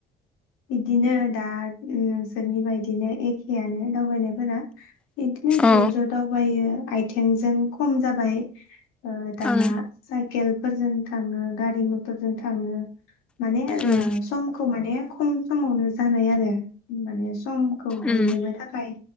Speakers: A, on the left (about 85°); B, in the centre.
A: बिदिनो दा नोंसोरनि बायदिनो एखेयानो दावबायनायफोरा बिदिनो
B: औ
A: ज' ज' दावबायो आथिंजों खम जाबाय ओ दाना
B: ओं
A: साइकेल फोरजों थाङो गारि मथरजों थाङो माने आरो
B: उम
A: समखौ माने खम समावनो जानाय आरो <unintelligible> माने समखौ
B: उम
A: बयनोबो थाखाय